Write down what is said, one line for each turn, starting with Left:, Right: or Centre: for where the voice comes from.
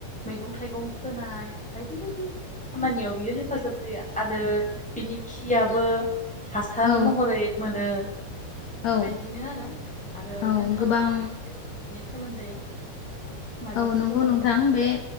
Centre: मैगं थाइगं फोनाय बायदि बायदि खामानियाव बियो हेफाजाब होयो आरो बिनि खियाबो हासार
Left: औ
Centre: महरै मोनो।
Left: औ
Centre: बेबायदिनो आरो। आरो
Left: औ
Centre: नों थांआ
Left: गोबां
Centre: <unintelligible> बिनि सोमोन्दै। मायबाफोर
Left: औ नंगौ
Centre: बुंबावनो
Left: नोंथां
Centre: सानदों नामा?
Left: बे